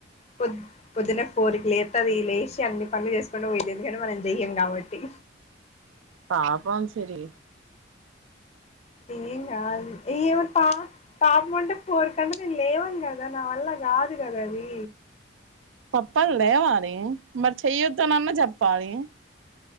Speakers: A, on the left; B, on the right.
A: పొద్ పొద్దున ఫోరికి లేత అది లేసి అన్ని పనులు చేసుకుండా పోతేందు కానీ మనం చెయ్యం కాబట్టి
B: పాపం అసలు
A: ఏ ఏ ఏమంటా పాపమంటే ఫోర్క నేను లేవాను కదా నా వల్ల కాదు కదా అది
B: పప్పాలు లేవాలి మరి చెయ్యొద్దునన్న చెప్పాలి